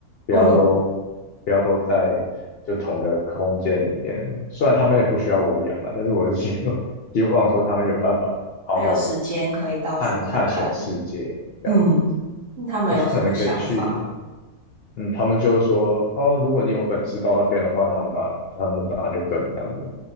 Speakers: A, on the left; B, on the right.
A: 不要都不要都在就同个空间里面。
B: 嗯，
A: 虽然他们也不需要我养了，但是我是希望 <laughs> 希望说他们有办法好好的
B: 还有时间可以到处看看。
A: 探探索世界这样子，
B: 嗯他们有什么想法？
A: 而且可能可以去。嗯，他们就说，哦，如果你有本事到那边的话，他们当然，他们当然就跟这样子。